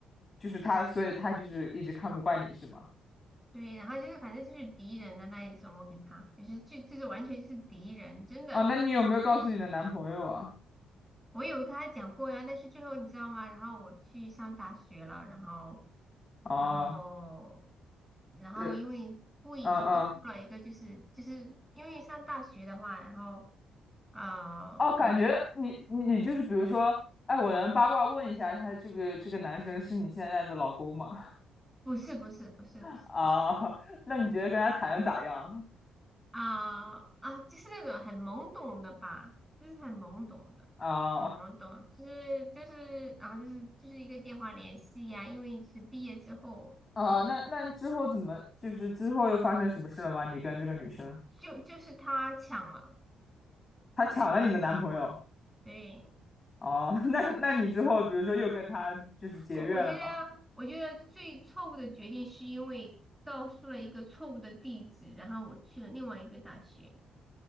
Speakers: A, on the left; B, in the centre.
A: 就是他，所以他就是一直看不惯你是吗？
B: 对，然后就是反正就是敌人的那一种，我跟他就是就就是完全就是敌人，真的。
A: 啊，那你有没有告诉你的男朋友啊？
B: 我有跟他讲过呀，但是最后你知道吗？然后我去上大学了，然后，
A: 啊，
B: 然后，然后因为故意说出了一个，
A: 呃，嗯嗯，
B: 就是就是因为上大学的话，然后，啊，
A: 哦，感觉你你你就是比如说，
B: 我去
A: 哎，我能八卦问一下，他这个这个男生是你现在的老公吗？
B: 不是不是不是不是不是
A: <laughs> 啊，那你觉得跟他谈的咋样？
B: 啊啊，就是那种很懵懂的吧，就是很懵懂的，
A: 啊
B: 很懵懂，就是就是，然后就是就是一个电话联系呀，因为是毕业之后那个，
A: 啊，那那之后怎么就是之后又发生什么事了吗？你跟这个女生，
B: 就就是他抢了，
A: 她抢了你的男朋友？
B: 对。
A: 哦，<laughs> 那那你之后比如说又跟他就是结怨了吗？
B: 我我觉得，我觉得最错误的决定是因为告诉了一个错误的地址，然后我去了另外一个大学。